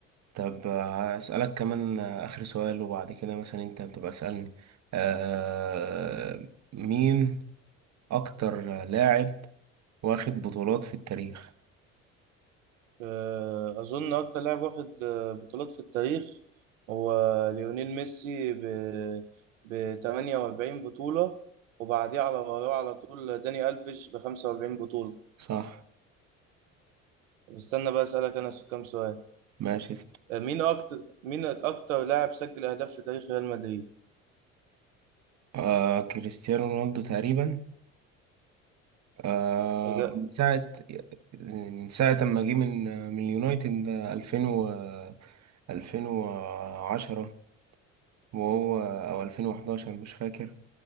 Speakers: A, on the right; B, on the right.
A: طب هسألك كمان آه، آخر سؤال وبعد كده مثلا أنت بتبقى اسألني آه مين أكتر لاعب واخد بطولات في التاريخ؟
B: آه، أظن أكتر لاعب واخد آه، بطولات في التاريخ هو ليونيل ميسي ب بتمانية وأربعين بطولة وبعديه على وراه على طول داني ألفيش بخمسة وأربعين بطولة
A: صح
B: طب استنى بقى أسألك أنا كام سؤال
A: ماشي اسأل
B: مين أكتر مين أكتر لاعب سجل أهداف في تاريخ ريال مدريد؟
A: آه كريستيانو رونالدو تقريبا آه
B: إجا-
A: من ساعة من ساعة ما جه من من اليونايتد 2000 و 2010 وهو أو 2011 مش فاكر